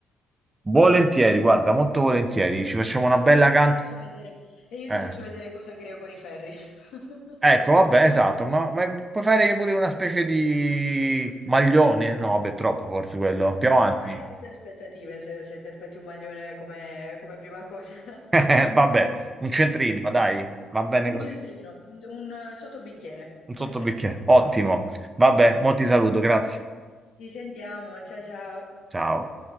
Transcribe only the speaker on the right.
Volentieri, guarda, molto volentieri, ci facciamo una bella
canta.
Eh.
Ecco, vabbè, esatto, ma, ma puoi fare pure una specie di maglione? No, vabbè, troppo forse quello, più
avanti.
<laughs> Vabbè, un centrino, dai, va bene
così.
Un
sottobicchiere. Ottimo. Vabbè, mo ti saluto, grazie.
Ciao.